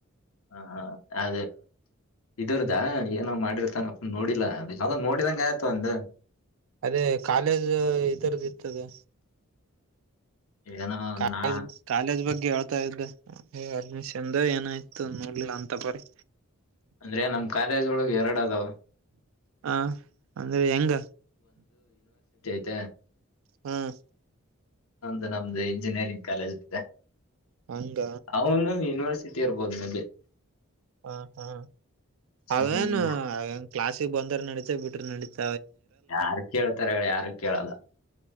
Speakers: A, on the left; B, on the right.
A: ಹ ಹಾ ಅ ಇದರ್ದ ಏನಾವ್ ಮಾಡಿರ್ತಾನಪ್ಪ ನೋಡಿ ಯಾವ್ದಾಗ್ ನೋಡಿದಂಗ ಆಯ್ತು ಒಂದು
B: ಅದೇ ಕಾಲೇಜು ಇದರದ್ದ ಇರ್ತದೆ
A: ಏನೋ
B: ಕಜ್
A: ನಾ
B: ಕಾಲೇಜ್ ಬಗ್ಗೆ ಹ ್ದ ಅದ್ಮಿಷನ್ ಏನಾಯ್ತು ನೋಡ್ಿಲ್ಲ ಅಂತ ಬರಿ
A: ಅಂದ್ರೆ ನಮ್ ಕಾಲೇಜ್ ಒಳಗೆ ಎರಡು ಅದಾವ
B: ಹ ಅಂದ್ರೆ ಹೆಂಗ
A: ತ್ತ
B: ಹ್ಮ್
A: ಒಂತ ನಮ್ದು ಇಂಜಿನಿಯರಿಂಗ್ ಕಾಲೇಜ್ ಇದೆ
B: ಹಂಗ
A: ಅವನು ಯನಿವರ್ಸಿ ಸಿಟಿ ಇರ್ಬೋದು ಮ
B: ಹ ಹಾ ಅವೇನುನ್
A: ಹ್ಮ್
B: ಕ್ಲಾಾಸಿಗೆ ಬಂದ್ರ ನಡಿತೇ ಬಿಟ್ರ ನಡಿತ
A: ಯಾರು ಕೇಳ್ತಾರ ಹೇಳಿ ಯಾರ ಕೇಳಲ್ಲ